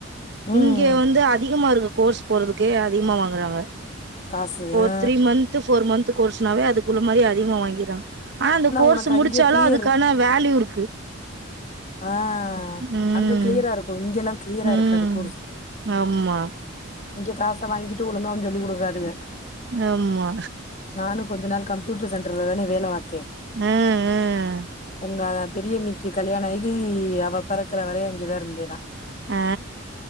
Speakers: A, on the left (about 35°); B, on the right (about 55°).
A: ம்.
B: இங்கே வந்து அதி கமாருக்கு கோர்ஸ் போறதுக்கே அதிகமா வாங்கறாங்க
A: காசு
B: இப்ப
A: ஆ.
B: த்ரீ மந்த்து போர் மந்த்து கோர்ஸ்னாவே அதுக்குள்ள மாரி அதிகமா வாங்கிறாங்க ஆனா அந்த கோர்ஸு
A: உனக்கு அங்கே
B: முடிச்சாலு
A: கிளியரு.
B: அதுக்கான வேல்யூ இருக்கு
A: ஆ
B: ம்
A: அங்க கிளியராருக்கு இங்கெல்லா கிளியராருக்காது
B: ம்
A: கோர்ஸ்
B: ஆமா
A: இங்க காச வாங்கிட்டு ஒழுங்காவு சொல்லிக் குடுக்காதுக
B: ஆமா
A: நானு கொஞ்ச நாள் கம்ப்யூட்டர் சென்டர்ல தானே வேல பாத்தே
B: ம் ம்
A: உங்க பெரியண்ணிக்கி கல்யாணாகி அவ பெறக்கற வரையு அங்கதா இருந்தே நா
B: ஆ